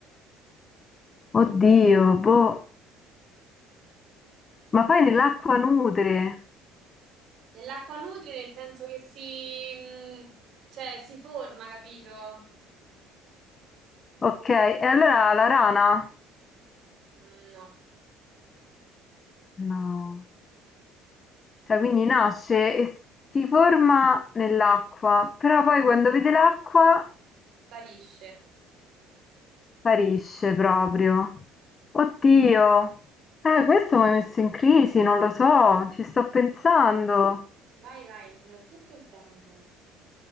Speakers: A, on the left (about 35°); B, on the right (about 55°).
A: Oddio, boh, ma poi nell'acqua nutre.
B: Nell'acqua nutre nel senso che si, mh, cioè, si forma, capito?
A: Ok, e allora la rana?
B: Mm, no,
A: No. Cioè quindi nasce e si forma nell'acqua, però poi quando vede l'acqua
B: sparisce.
A: sparisce proprio. Oddio, eh, questo mi ha messo in crisi, non lo so, ci sto pensando.
B: Vai, vai, ti do tutto il tempo.